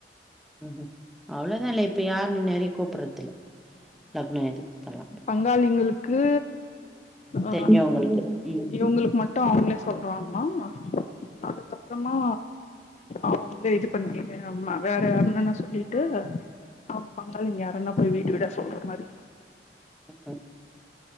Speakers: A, in the centre; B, on the left.
A: ம் ம் அவ்ளோதா இல்ல இப்ப யார்னு நெறையக் கூப்புட்றது இல்ல லக்னோ எது குத்தாலா
B: ங்காளிங்களுக்கு ஆ
A: தெரிஞ்சவங்களுக்கு ம்
B: இவுங்குளுக் மட் ட்டு அவுங்ளே சொல்றாங்ளா அதுக்கப்றமா அவுங்ளே இதுப் பண்ணிக்கே அம்மா வேற என்னனா சொல்லிட்டு அவுங் பங்காளிங்க யாரனா போய் வீடு வீடா சொல்ற மாரி
A: ம் ம்